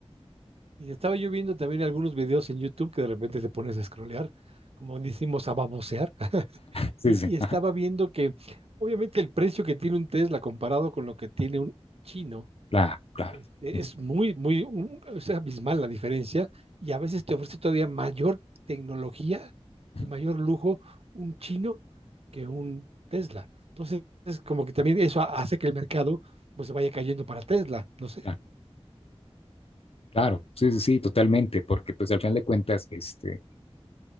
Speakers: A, on the right; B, on the left.
A: Y estaba yo viendo también algunos videos en YouTube que de repente te pones a scrollear, como decimos, a babosear. <laughs>
B: Sí,
A: Y,
B: sí. sí,
A: y estaba
B: Ajá.
A: viendo que obviamente el precio que tiene un Tesla comparado con lo que tiene un chino
B: Claro, claro.
A: este,
B: Ujú,
A: es muy, muy, un- es abismal la diferencia y a veces te ofrece todavía mayor tecnología
B: ujú,
A: y mayor lujo un chino que un Tesla. Entonces, es como que también eso ha- hace que el mercado pues se vaya cayendo para Tesla, no sé.
B: Claro, claro. sí, sí, sí, totalmente, porque pues al final de cuentas, este,